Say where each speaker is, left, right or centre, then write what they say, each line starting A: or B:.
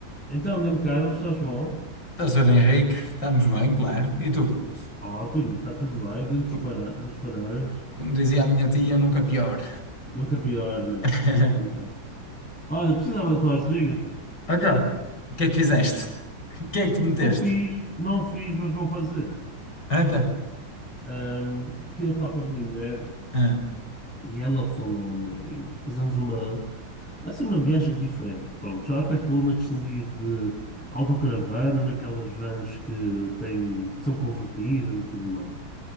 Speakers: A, in the centre; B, on the left.
A: Então, grande Carlos, estás bom?
B: Então, Sr. Henrique, estamos bem, claro. E tu?
A: Ótimo, está tudo bem, dentro
B: Co-
A: dos, para- dos padrões.
B: Como dizia a minha tia, nunca pior.
A: Nunca pior, né?
B: <laughs>
A: Nunca pior. Olha, precisava da tua ajudinha, pá.
B: Então, o que é que fizeste? <laughs> O que é que te meteste?
A: Não fiz, não fiz, mas vou fazer.
B: Então,
A: Ahm, estive a falar com a minha mulher
B: ah,
A: e ela falou-me em fazermos uma, assim, uma viagem diferente. Pronto, já até falou na questão de ir de autocaravana, ou naquelas vans que têm, são convertidas e tudo mais.